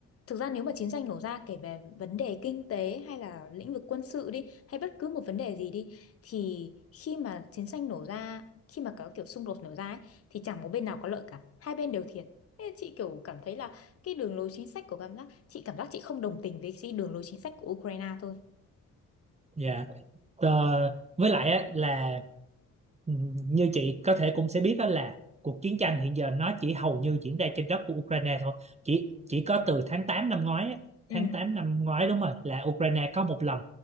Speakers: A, on the left; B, on the right.
A: thực ra nếu mà chiến tranh nổ ra kể về vấn đề kinh tế hay là lĩnh vực quân sự đi, hay bất cứ một vấn đề gì đi, thì khi mà chiến tranh nổ ra, khi mà có kiểu xung đột nổ ra ấy, thì chẳng một bên nào có lợi cả, hai bên đều thiệt. Thế chị kiểu cảm thấy là cái đường lối chính sách của cảm giác, chị cảm giác chị không đồng tình với cái đường lối chính sách của Ukraine thôi.
B: dạ Ờ, với lại á là Ừ, như chị có thể cũng sẽ biết đó là cuộc chiến tranh hiện giờ nó chỉ hầu như diễn ra trên đất của Ukraine thôi chỉ chỉ có từ tháng 8 năm ngoái á, tháng
A: Ừ,
B: tám năm ngoái đúng rồi là Ukraine có một lần